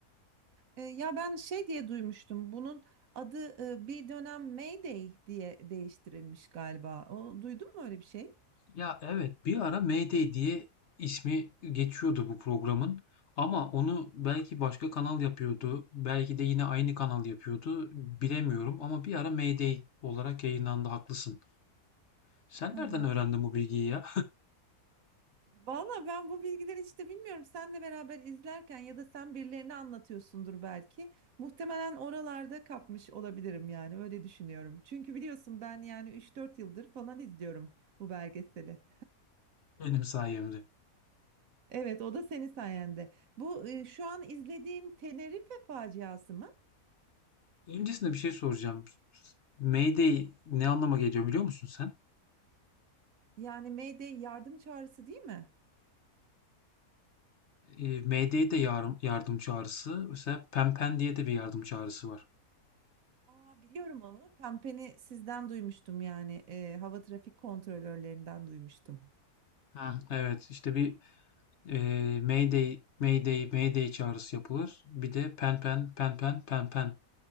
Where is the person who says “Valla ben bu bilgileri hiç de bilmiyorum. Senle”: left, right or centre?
Right